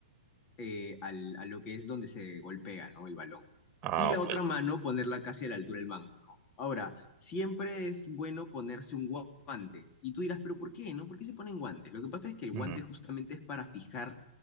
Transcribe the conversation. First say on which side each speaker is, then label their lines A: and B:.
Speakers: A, on the left (about 25°); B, on the right (about 25°).
A: eh, al- a lo que es donde se golpea, ¿no? El balón.
B: Ah,
A: Y la
B: ok.
A: otra mano, ponerla casi a la altura del mango, ¿no? Ahora, siempre es bueno ponerse un gua- guante. Y tú dirás, ¿pero por qué, no? ¿Por qué se ponen guantes? Lo que pasa es que el guante
B: Ujú,
A: justamente es para fijar